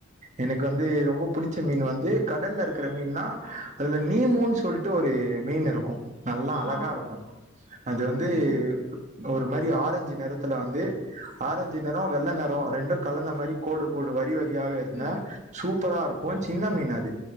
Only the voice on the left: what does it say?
ஆ
ம் ம்
ம்